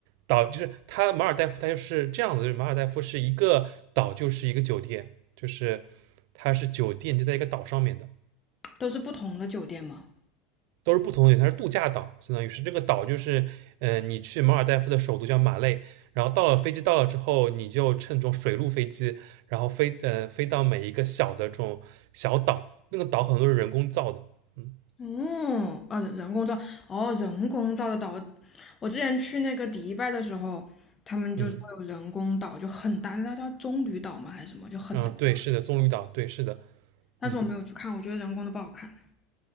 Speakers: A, on the right (about 55°); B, on the left (about 15°).
A: 岛，就是它马尔代夫，它就是这样子，就是马尔代夫是一个岛，就是一个酒店，就是它是酒店就在一个岛上面的，
B: 都是不同的酒店嘛。
A: 都是不同的，它是度假岛，相当于是这个岛就是，呃，你去马尔代夫的首都叫马累，然后到了飞机到了之后，你就乘这种水陆飞机，然后飞呃飞到每一个小的这种小岛，那个岛很多是人工造的，嗯
B: 哦，啊，人工造，哦，人工造的岛，我之前去那个迪拜的时候，他们就是会有人工岛，
A: 嗯
B: 就很大，那叫棕榈岛吗还是什么，就很大，
A: 啊、对，是的，棕榈岛，对，是的，
B: 但是我没有去看，
A: 嗯。
B: 我觉得人工的不好看。